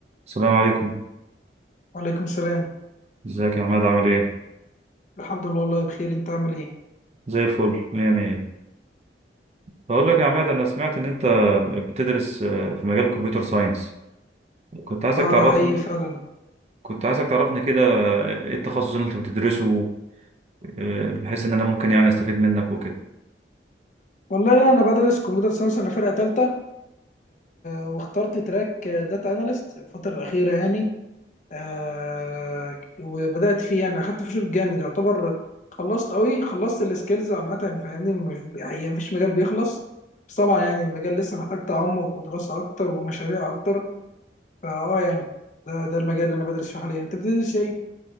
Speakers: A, on the right (about 35°); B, on the left (about 45°).
A: السلام عليكم
B: وعليكم السلام
A: ازيك يا عماد عامل ايه
B: الحمد لله والله بخير انت عامل ايه
A: زي الفل مية مية بقول لك يا عماد انا سمعت ان انت بتدرس آه، في مجال الكمبيوتر ساينس كنت عايزك
B: اه
A: تعرفني
B: ده حقيقي فعلا
A: كنت عايزك تعرفني كده آه، ايه التخصص اللي انت بتدرسه آه، بحيث ان انا ممكن يعني استفيد منك وكده
B: والله انا بدرس كمبيوتر ساينس انا فرقه ثالثه واخترت تراك داتا اناليست الفتره الاخيره يعني آه وبدات فيه يعني اخدت فيه شغل جامد يعتبر خلصت قوي خلصت السكيلز عامه يعني، فاهمني مش- يعني مفيش مجال بيخلص بس طبعا يعني المجال لسه محتاج تعمق ودراسه اكتر ومشاريع اكتر فاه يعني ده ده المجال اللي انا بدرس فيه حاليا انت بتدرس ايه